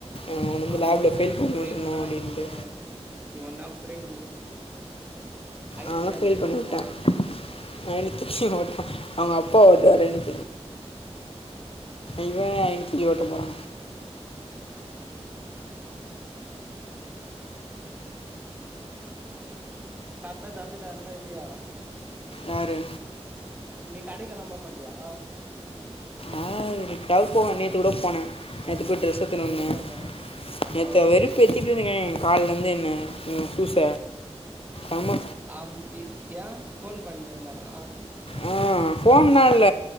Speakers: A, on the left; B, on the right.
A: அவன வந்து
B: ஆமா
A: லேபுல ஃபெயில் ய பண்ணி்விட்ற்ருனு
B: பிரேமுனா
A: அப்டின்ட்டு
B: இவ இவந்தா பிரேமு ஐநூத்தஞ்சு
A: அதனா ஃபெயில் பண்ணி
B: ஓட்டுவா
A: விட்டே <unintelligible> அவங்க அப்பா <unintelligible> இவே இட்லி ஓட்ட போறா
B: கரெக்டா தந்துட்டாங்களா இல்லயா
A: யாரு
B: நீ கடைக்கெல்லா போமாட்டியா
A: ஆ எனைகாவது போவே நேத்து கூட போனே நேத்து போய் ட்ரெஸ் எடுத்துணு
B: நேத்து கூட
A: வந்தே
B: போனியா
A: நேத்து
B: ஆ
A: வெருப் ப்பு எத்திட்டு இருக்கேங்க என் காலருந்து என்ன ம் சூச ஆமா
B: ஆம் இ ஏ ஃபோன் பன்னுஇருந்தானா
A: ஆ போன் நா இல